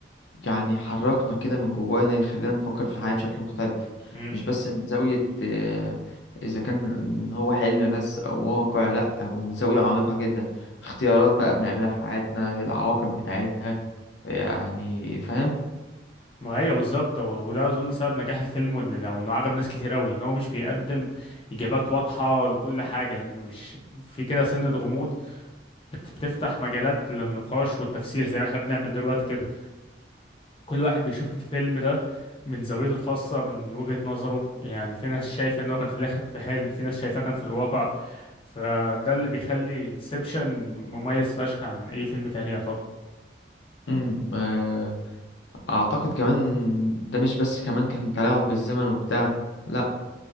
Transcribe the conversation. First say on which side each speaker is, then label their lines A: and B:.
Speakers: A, on the left (about 80°); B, on the left (about 30°).
A: يعني حركنا كده من جوانا يخلينا نفكر في الحياة بشكل مختلف
B: مم.
A: مش بس من زاوية آه، إذا كان هو حلم بس أو واقع لأ هو من زاوية عميقة جدا اختيارات بقى بنعملها في حياتنا العواقب بتاعتها يعني فاهم
B: ما هي بالظبط هو- وده اظن سبب نجاح الفيلم وان لو انه عجب ناس كتير قوي ان هو مش بيقدم اجابات واضحه لكل حاجه انه مش في كده سنه غموض بت- بتفتح مجالات للنقاش والتفسير زي ما احنا بنعمل دلوقتي كده كل واحد بيشوف الفيلم ده من زاويته الخاصه من وجهه نظره يعني في ناس شايفه انه كان في الاخر في حلم في ناس شايفاه كان في الواقع فده اللي بيخلي انسبشن مميز فشخ عن اي فيلم تاني يعتبر
A: مم. آه، أعتقد كمان ده مش بس كمان كان تلاعب بالزمن وبتاع لأ